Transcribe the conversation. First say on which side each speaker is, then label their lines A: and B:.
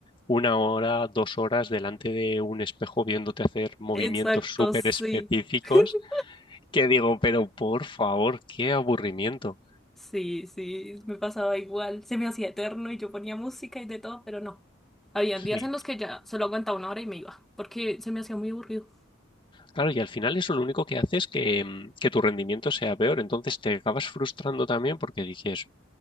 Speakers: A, on the left; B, in the centre.
A: una hora, dos horas delante de un espejo viéndote hacer movimientos
B: Exacto,
A: súper
B: sí.
A: específicos
B: <laughs>
A: que digo, pero por favor, qué aburrimiento.
B: Sí, sí, me pasaba igual. Se me hacía eterno y yo ponía música y de todo, pero no. Habían
A: Sí.
B: días en los que ya solo aguantaba una hora y me iba, porque se me hacía muy aburrido.
A: Claro, y al final eso lo único que hace es que, mm, que tu rendimiento sea peor. Entonces te acabas frustrando también porque dices,